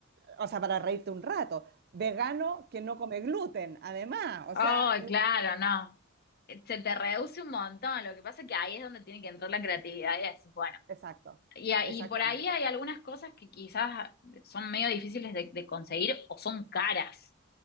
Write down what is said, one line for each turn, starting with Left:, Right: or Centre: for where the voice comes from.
Right: o sea, para reírte un rato, vegano que no come gluten, además. O
Left: oh,
Right: sea, no-
Left: claro, no. Eh, Se te reduce un montón. Lo que pasa es que ahí es donde tiene que entrar la creatividad y decís, bueno.
Right: exacto,
Left: Y, a-
Right: exactamente.
Left: y por ahí hay algunas cosas que quizás son medio difíciles de de conseguir o son caras.